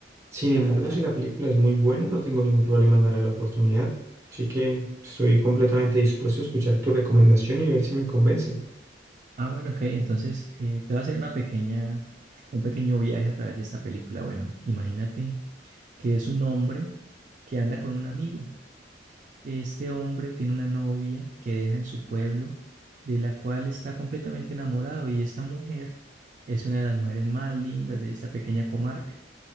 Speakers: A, on the right (about 15°); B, on the right (about 45°).
A: Sin embargo, si la película es muy buena, no tengo ningún problema en darle la oportunidad. Así que estoy completamente dispuesto a escuchar tu recomendación y ver si me convence.
B: Ah, bueno, ok. Entonces eh, te voy a hacer una pequeña, un pequeño viaje a través de esta película. Bueno, imagínate que es un hombre que anda con un amigo. Este hombre tiene una novia que deja en su pueblo, de la cual está completamente enamorado y esta mujer es una de las mujeres más lindas de esta pequeña comarca.